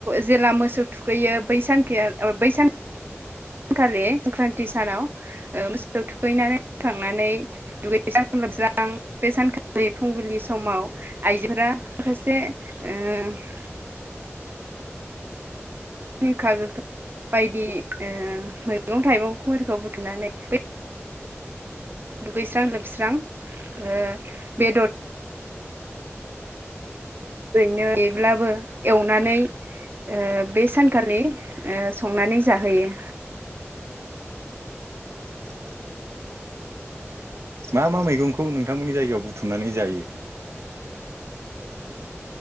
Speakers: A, on the right; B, on the right.
A: जेला मोसौ थुखैयो बैसानखेया बैसान खालि संक्रान्ति सानाव मोसौखौ थुखैनानै फैखांनानै दुगैस्रां लोबस्रां बे सानखालि फुंबिलि समाव आइजोफोरा माखासे ओ <inaudible> गोखा गोखै बायदि मैगं थाइगंफोरखौ बुथुमनानै बै दुगैस्रां जोबस्रां ओ बेदर नो ब्लाबो एवनानै ओ बे सानखालि ओ संनानै जाहोयो।
B: <inaudible> मा मा मैगंखौ नोंथांमोननि जायगायाव बुथुमनानै जायो।